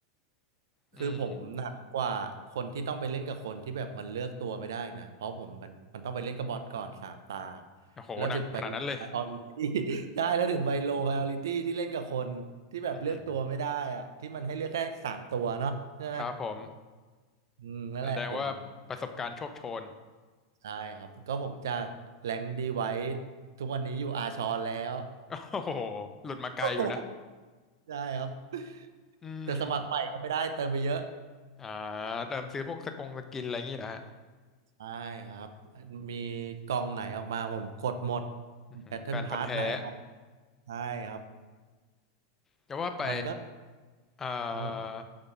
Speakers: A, on the left (about 20°); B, on the right (about 70°).
A: อืม
B: คือผมหนักกว่าคนที่ต้องไปเล่นกับคนที่แบบมันเลือกตัวไม่ได้นะเพราะผมมันมันต้องไปเล่นกับบอทก่อนสามตา
A: โอ้โหหนักขนาดนั้นเลย
B: แล้วถึงไปไพรออริตี้ <laughs> ได้แล้วถึงไปโลไพรออริตี้ที่เล่นกับคนที่แบบเลือกตัวไม่ได้อะที่มันให้เลือกแค่สามตัวเนาะใช่ไหม
A: อือหือครับผม
B: อืมนั่นแหละผม
A: แสดงว่าประสบการณ์โชคโชน
B: ใช่ครับก็ผมจากแรงดีไว้ทุกวันนี้อยู่อาชอนแล้ว
A: <laughs> โอ้โหหลุดมาไกลอยู่นะ
B: <laughs> ใช่ครับ
A: อืม
B: แต่สมัครใหม่ก็ไม่ได้เติมไปเยอะ
A: อ่าเริ่มซื้อพวกสกงสกินอะไรอย่างงี้นะฮะ
B: ได้ครับมีกล่องไหนออกมาผมกดหมด
A: อื้อหือแฟนพันธุ์แท้
B: Battle Pass ไหนออกใช่ครับ
A: แต่ว่าไป
B: มันก็
A: อ่า
B: ครับผม